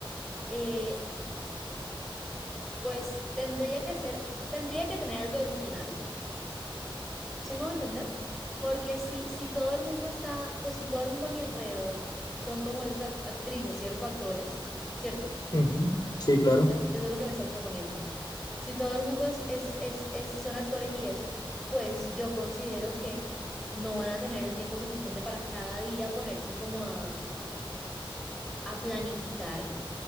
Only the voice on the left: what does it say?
Ujú, Sí, claro.